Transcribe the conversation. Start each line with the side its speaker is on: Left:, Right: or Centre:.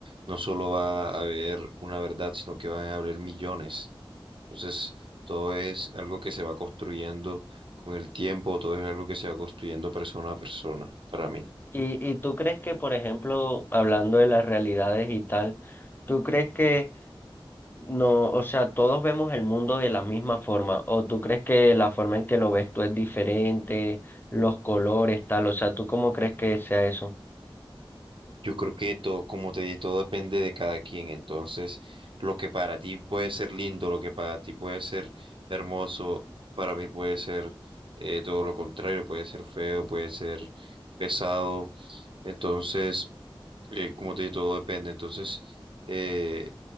Right: no solo va a haber una verdad, sino que van a haber millones. Entonces, todo es algo que se va construyendo con el tiempo, todo es algo que se va construyendo persona a persona, para mí.
Left: y, y tú crees que, por ejemplo, hablando de las realidades y tal, ¿tú crees que no, o sea, todos vemos el mundo de la misma forma, o tú crees que la forma en que lo ves tú es diferente, los colores, tal, o sea, ¿tú cómo crees que sea eso?
Right: Yo creo que todo, como te dije, todo depende de cada quien. Entonces, lo que para ti puede ser lindo, lo que para ti puede ser hermoso, para mí puede ser eh, todo lo contrario, puede ser feo, puede ser pesado. Entonces, eh, como te dije, todo depende. Entonces, eh,